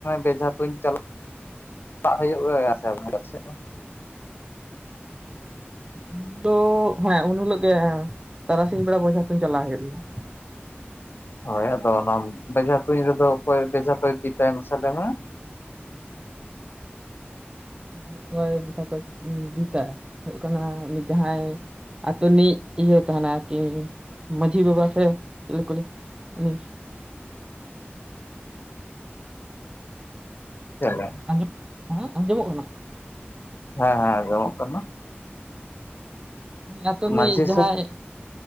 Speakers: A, on the left; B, on the right.
A: ᱵᱮᱡᱷᱟ ᱛᱩᱧ ᱪᱟᱞᱟᱜ ᱪᱟᱞᱟᱜ ᱦᱩᱭᱩᱜᱼᱟ ᱥᱮ
B: ᱩᱱ ᱦᱤᱞᱳᱜ ᱦᱮᱸ ᱩᱱ ᱦᱤᱞᱳᱜ ᱜᱮ ᱛᱟᱨᱟᱥᱤᱧ ᱵᱮᱲᱟ ᱵᱷᱮᱡᱷᱟ ᱛᱩᱧ ᱪᱟᱞᱟᱣ ᱦᱩᱭᱩᱜ ᱜᱮᱭᱟ ᱾
A: ᱦᱳᱭ ᱟᱫᱚ ᱚᱱᱟ ᱵᱷᱮᱡᱷᱟ ᱛᱩᱧ ᱨᱮᱫᱚ ᱚᱠᱚᱭ ᱵᱷᱮᱡᱷᱟ ᱫᱚᱭ ᱵᱤᱫᱟ ᱢᱟᱥᱮ ᱞᱮᱭ ᱢᱮ
B: ᱚᱠᱚᱭ <unintelligible> ᱵᱤᱸᱛᱟ ᱦᱩᱭᱩᱜ ᱠᱟᱱᱟᱭ ᱡᱟᱦᱟᱸᱭ ᱟᱹᱛᱩ ᱨᱤᱱᱤᱡ ᱤᱭᱟᱹ ᱛᱟᱦᱮᱱᱟ ᱟᱨ ᱠᱤ ᱢᱟᱺᱡᱷᱤ ᱵᱟᱵᱟ ᱥᱮ ᱪᱮᱞᱤ ᱠᱚ ᱞᱟᱹᱭᱟ
A: ᱪᱮᱞᱮ
B: ᱟᱸᱡᱚᱢ ᱦᱮᱸ ᱟᱸᱡᱚᱢᱚᱜ ᱠᱟᱱᱟ ᱾
A: ᱦᱮᱸ ᱦᱮᱸ ᱟᱸᱡᱚᱢᱚᱜ ᱠᱟᱱᱟ ᱾
B: ᱩᱱᱤ ᱟᱛᱳ ᱨᱤᱱᱤᱡ
A: ᱢᱟᱡᱷᱤ
B: ᱡᱟᱦᱟᱸᱭ